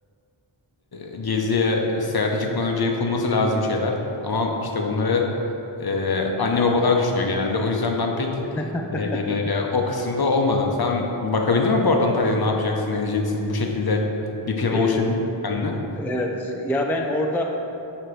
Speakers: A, on the left; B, in the centre.
A: e, geziye, seyahate çıkmadan önce yapılması lazım şeyler. Ama işte bunları e, anne babalar düşünüyor genelde. O yüzden ben pek
B: <laughs>
A: e, o kısımda olmadım. Sen bakabildin mi bu arada Antalya'da ne yapacaksın, ne edeceksin? Bu şekilde bir plan
B: E,
A: oluşturabildin mi kendine?
B: evet ya ben orada